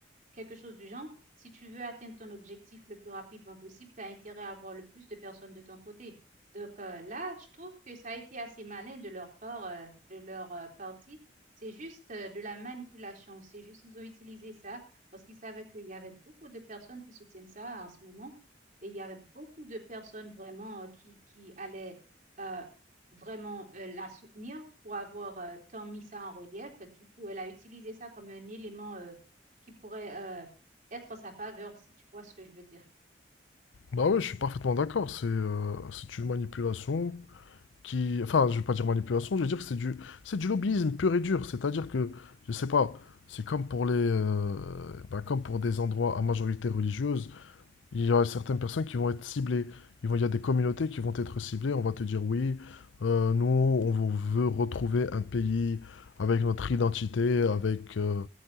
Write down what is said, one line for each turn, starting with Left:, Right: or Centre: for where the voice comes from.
Right: quelque chose du genre. Si tu veux atteindre ton objectif le plus rapidement possible, tu as intérêt à avoir le plus de personnes de ton côté. Donc euh, là, je trouve que ça a été assez malin de leur part, euh, de leur euh, partie. C'est juste euh, de la manipulation. C'est juste qu'ils ont utilisé ça parce qu'ils savaient qu'il y avait beaucoup de personnes qui soutiennent ça en ce moment. Et il y avait beaucoup de personnes vraiment euh, qui, qui allaient euh, vraiment euh, la soutenir pour avoir euh, tant mis ça en relief. Du coup, elle a utilisé ça comme un élément. euh, qui pourrait euh, être en sa faveur, si tu vois ce que je veux dire.
Left: Bah ouais, je suis parfaitement d'accord. C'est euh, c'est une manipulation qui, enfin, je vais pas dire manipulation, je vais dire que c'est du, c'est du lobbyisme pur et dur. C'est-à-dire que, je sais pas, c'est comme pour les, euh, ben, comme pour des endroits à majorité religieuse. Il y aura certaines personnes qui vont être ciblées. Ils vont, il y a des communautés qui vont être ciblées. On va te dire oui, euh, nous, on vou- veut retrouver un pays avec notre identité, avec, euh,